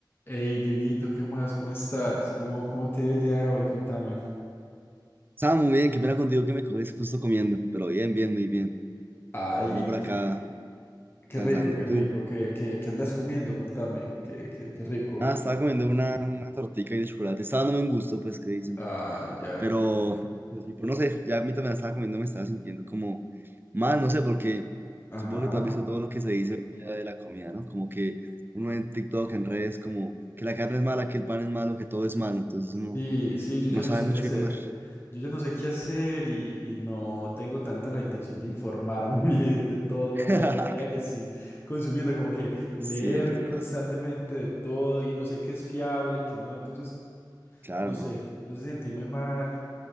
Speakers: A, on the left; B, on the right.
A: Hey, Dieguito, ¿qué más? ¿Cómo estás? ¿Cómo, cómo te ha ido el día de hoy? Contame.
B: Estaba muy bien, qué pena contigo que me coges justo comiendo, pero bien, bien, muy bien.
A: Ay,
B: Ando por acá
A: qué, qué
B: cansando.
A: rico, qué
B: ¿Tú?
A: rico. ¿Qué, qué, qué andas comiendo? Contame. Qué, qué, qué rico.
B: Ah, estaba comiendo una, una tortica y de chocolate. Estaba dándome un gusto, pues, ¿qué dicen?
A: Ah, ya.
B: Pero, pero tipo, no sé, ya a mí también la estaba comiendo, me estaba sintiendo como mal, no sé, porque
A: Ajá.
B: supongo que tú has visto todo lo que se dice hoy día de la comida, ¿no? Como que uno en TikTok, en redes, como que la carne es mala, que el pan es malo, que todo es malo. Entonces uno
A: Sí, sí, yo
B: no
A: ya no
B: sabe
A: sé qué
B: mucho
A: hacer.
B: qué comer.
A: Yo ya no sé qué hacer y, y no tengo tanta la intención de informarme <laughs> bien de todo
B: <laughs>
A: la comida que estoy consumiendo. Como que leer
B: Sí, es duro.
A: constantemente de todo y no sé qué es fiable, qué no. Entonces,
B: Claro,
A: no
B: no.
A: sé. No sé si sentirme mal,